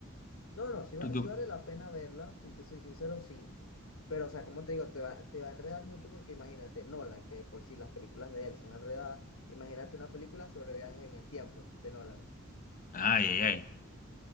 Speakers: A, on the left (about 75°); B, on the left (about 40°).
A: No, no, sí,
B: ¿Tú
A: va-
B: qué-
A: sí vale la pena verla, si te soy sincero, sí. Pero, o sea, como te digo, te va, te va a enredar mucho porque imagínate, Nolan, que de por sí las películas de él son enredadas, imagínate una película sobre viajes en el tiempo de Nolan.
B: Ay, ay, ay.